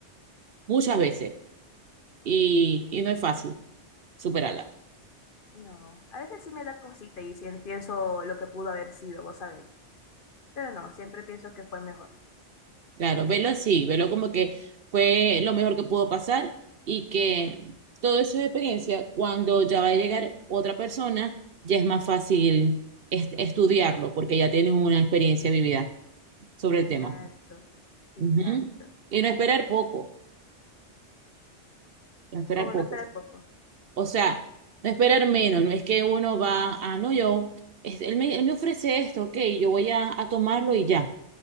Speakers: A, on the right; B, on the left.
A: muchas veces, y, y no es fácil superarlas.
B: No. A veces sí me da cosita y sí pienso lo que pudo haber sido, vos sabéis. Pero no, siempre pienso que fue mejor.
A: Claro, velo así, velo como que fue lo mejor que pudo pasar y que todo eso es experiencia, cuando ya va a llegar otra persona, ya es más fácil est- estudiarlo porque ya tienes una experiencia vivida sobre
B: Exacto,
A: el tema.
B: exacto.
A: Ujú. Y no esperar poco, no esperar
B: Como
A: poco.
B: no esperar poco.
A: O sea, no esperar menos, no es que uno va a, no, yo, es- él me, él me ofrece esto, ok, yo voy a, a tomarlo y ya.